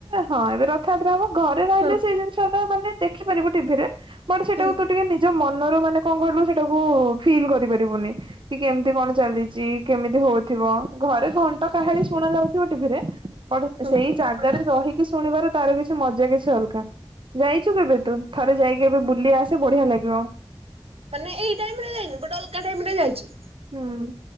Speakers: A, on the right (about 55°); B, on the right (about 85°).
A: ହଁ ଏବେ ରଥଯାତ୍ରା ହବ ଘରେ ରହିଲେ
B: ହଁ
A: ସେଇ ଜିନିଷ ଟା ମାନେ ଦେଖିପାରିବ ଟିଭିରେ। ବଟ ସେଟାକୁ
B: ହଁ
A: ତୁ ଟିକେ ନିଜ ମନ ରୁ ମାନେ କଣ କହିଲୁ ସେଇଟାକୁ ଫିଲ୍ କରିପାରିବୁନି। କି କେମିତି କଣ ଚାଲିଛି କେମିତି ହଉଥିବ ଘରେ ଘଣ୍ଟ କାହାଳୀ ଶୁଣା ଯାଉଥିବ ଟିଭିରେ।
B: ହଁ
A: ସେଇ ଜାଗାରେ ରହିକି ଶୁଣିବାର ତାର କିଛି ମଜା କିଛି ଅଲଗା। ଯାଇଛୁ କେବେ ତୁ ଥରେ ଯାଇକି କେବେ ବୁଲି ଆସେ ବଢିଆ ଲାଗିବ।
B: ମାନେ ଏଇ ଟାଇମ ରେ ଯାଇନି ବଟ ଅଲଗ ଟାଇମିରେ ଯାଇଛି।
A: ହୁଁ।